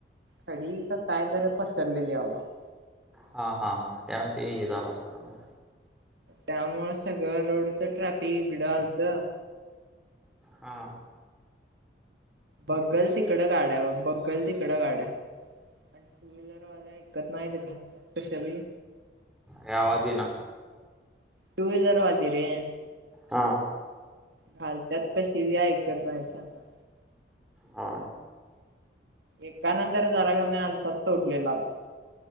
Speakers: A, on the right; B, in the centre.
A: खडी तर काय तरी पसरलेली वाटत
B: हा हा हा त्यामुळे ते हे झालं असणार बर
A: त्यामुळ सगळं रोडच ट्रॅफिक इकडं आलतं
B: हा
A: बघल तिकडं गाड्या बघल तिकडं गाड्या आणि टू व्हीलरवाल्या ऐकत नाही घालतात कश्या पण
B: ये आवाज येईना
A: टू व्हीलर वालीरे
B: हा
A: घालतत कशी बी ऐकत नाही सना
B: हा
A: एकानंतर जरा का मी आरसा तोडलेलाच